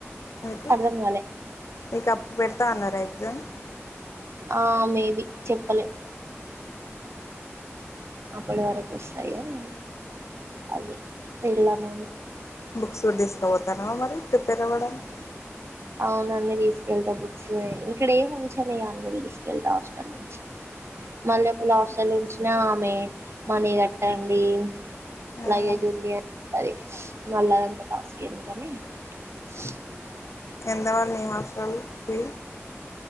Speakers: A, on the left (about 80°); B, on the right (about 65°).
A: మీకు
B: అర్థం కాలే
A: మీకు అప్పు పెడతా అన్నారా ఎగ్జామ్
B: ఆ మేబి చెప్పలే అప్పటి వరకు వస్తాయి కదా అది వెళ్ళాము
A: బుక్సూర్ దస్తత మ మరి ప్రిపేర్ అవ్వడానికి
B: అవునా అన్ని తీసుకెళ్తా బుక్స్ ఇక్కడ ఏమి ఉంచది అన్ని తీసుకెళ్తా హాస్టల్ నుంచి మళ్ళీ ఒకళ హాస్టల్ ఉంచిన ఆమె మనీ కట్టండి
A: ఊ.
B: లగేజ్ ఉంది అది మళ్ళీ అదంత టాస్క్ ఏందికని <unintelligible>
A: ఎంతవ మీ హాస్టల్కిి